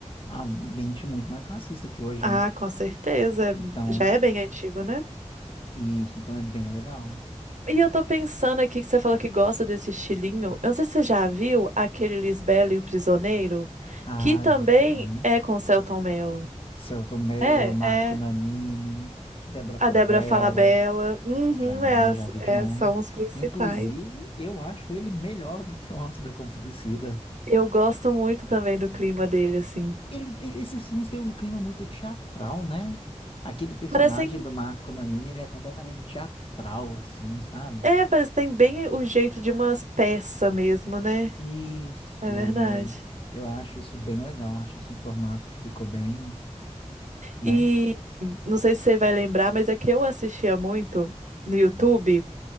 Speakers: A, on the left; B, on the right.
A: a mente muito mais racista que hoje,
B: ah,
A: né?
B: com certeza,
A: Então,
B: já é bem antigo, né?
A: isso, então é bem legal.
B: E eu tô pensando aqui que você falou que gosta desse estilinho. Eu não sei se você já viu aquele Lisbela e o Prisioneiro,
A: Ah,
B: que também
A: já. né?
B: é com o Selton Mello.
A: Selton Mello,
B: É,
A: Marco
B: é.
A: Nanini, Débora
B: A
A: Falabella.
B: Débora Falabella. Uhum,
A: Já,
B: é as-
A: já vi
B: é,
A: demais.
B: são os principais.
A: Inclusive, eu acho ele melhor do que o Auto da Compadecida.
B: Eu gosto muito também do clima dele, assim.
A: Ele, ele- esses filmes têm um clima muito teatral, né? Aquele personagem
B: Parecem.
A: do Marco Nanini, ele é completamente teatral, assim, sabe?
B: É, parece que tem bem o jeito de umas peças mesmo, né?
A: Isso,
B: É verdade.
A: e eu acho isso bem legal, acho isso um formato que ficou bem, né?
B: E não sei se você vai lembrar, mas é que eu assistia muito no YouTube.